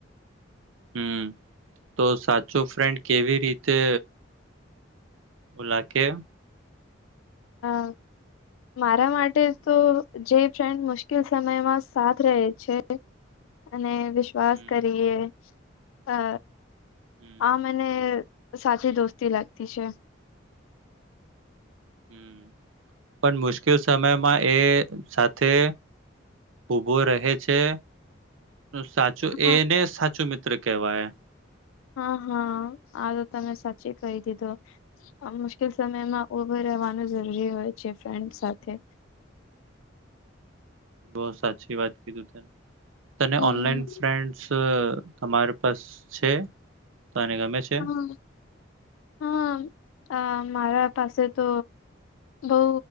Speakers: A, on the right (about 85°); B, on the left (about 85°).
A: હમ તો સાચો ફ્રેન્ડ કેવી રીતે ઓલા કે
B: હ મારા માટે તો જે ફ્રેન્ડ મુશ્કેલ સમયમાં સાથ રહે છે. અને વિશ્વાસ
A: હમ
B: કરીએ અ
A: હમ
B: આ ને સાચી દોસ્તી લાગતી છે.
A: હમ પણ મુશ્કેલ સમયમાં એ સાથે ઉભો રહે છે સાચું
B: હા
A: એને સાચું મિત્ર કહેવાય
B: હા હા આ તો તમે સાચી કહી દીધો આ મુશ્કેલ સમયમાં ઉભો રહેવાનું જરૂરી હોય છે ફ્રેન્ડ સાથે
A: બ સાચી વાત કીધ તને
B: હમ
A: ઓનલાઈન ફ તમારે પાસ છે તો ગમે છે
B: હમ હા આ મારા પાસે તો બઉ